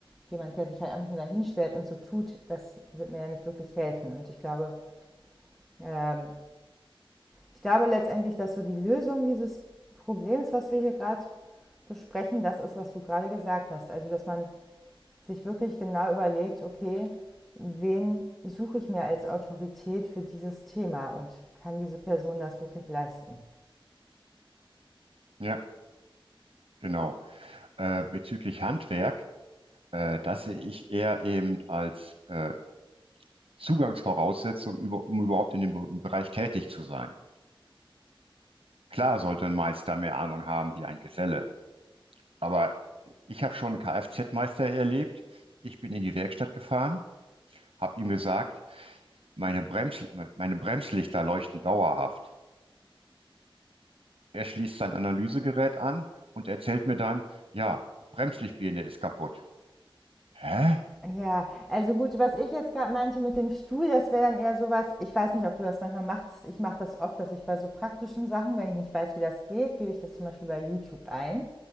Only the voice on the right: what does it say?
Ja, genau. Äh, bezüglich Handwerk, äh, das sehe ich eher eben als äh, Zugangsvoraussetzung, über, um überhaupt in dem Be- im Bereich tätig zu sein. Klar sollte ein Meister mehr Ahnung haben wie ein Geselle, aber ich habe schon einen Kfz-Meister erlebt. Ich bin in die Werkstatt gefahren, habe ihm gesagt, meine Brems, meine Bremslichter leuchten dauerhaft. Er schließt sein Analysegerät an und erzählt mir dann, ja, Bremslichtbirne ist kaputt. Hä?